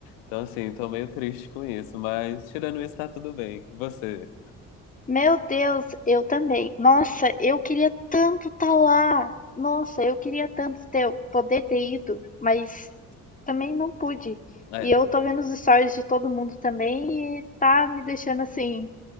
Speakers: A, on the left; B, on the left.
A: Então, assim, tô meio triste com isso, mas tirando isso, tá tudo bem. E você?
B: Meu Deus, eu também. Nossa, eu queria tanto estar lá. Nossa, eu queria tanto ter, poder ter ido, mas também não pude.
A: É.
B: E eu tô vendo os stories de todo mundo também e tá me deixando assim,